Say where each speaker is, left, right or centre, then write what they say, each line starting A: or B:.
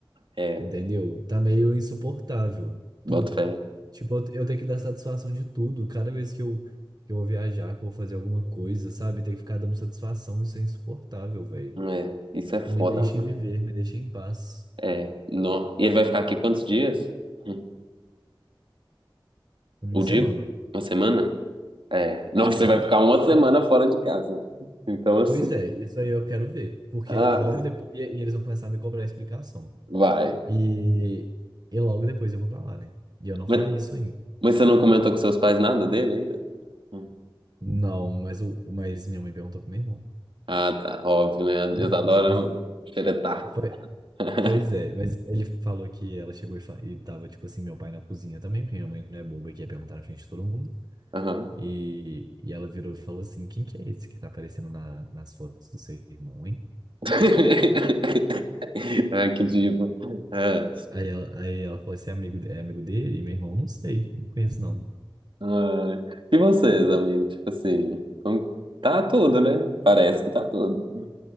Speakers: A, on the right; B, on the right.
A: É,
B: Entendeu? Tá meio insuportável,
A: bota
B: tudo.
A: fé.
B: Tipo, eu eu tenho que dar satisfação de tudo. Cada vez que eu, que eu vou viajar, que eu vou fazer alguma coisa, sabe? Tem que ficar dando satisfação, isso é insuportável, velho.
A: É, isso
B: Tipo,
A: é foda
B: me deixem
A: mesmo.
B: viver, me deixem em paz.
A: É, nó. E ele vai ficar aqui quantos dias? Hum,
B: Uma
A: O
B: semana.
A: dia? Uma semana? É, nossa,
B: Sim.
A: você vai ficar uma
B: E de-
A: semana fora de casa. né? Então, assim.
B: Pois é, isso aí eu quero ver. Porque
A: Ah,
B: logo depois. E, e eles vão começar a me cobrar explicação.
A: vai.
B: E, e logo depois eu vou pra lá, né? E eu não
A: Mas,
B: falei isso ainda.
A: mas você não comentou com seus pais nada dele ainda? Hum.
B: Não, mas, o, mas minha mãe perguntou pro meu irmão.
A: Ah, tá. Óbvio, né? Eles
B: Mas,
A: adoram
B: mas
A: xeretar.
B: foi-
A: <laughs>
B: pois é, mas ele falou que ela chegou e, fa- e tava, tipo assim, meu pai na cozinha também, porque minha mãe não é boba que ia perguntar na frente de todo mundo.
A: Aham.
B: E, e ela virou e falou assim: quem que é esse que tá aparecendo na- nas fotos do seu irmão, hein?
A: <laughs> Ai, que diva. É.
B: Aí ela, aí ela falou esse é amigo, de- é amigo dele? E meu irmão, não sei, não conheço não.
A: Ai. E vocês, amigo? Tipo assim, como- tá tudo, né? Parece que tá tudo.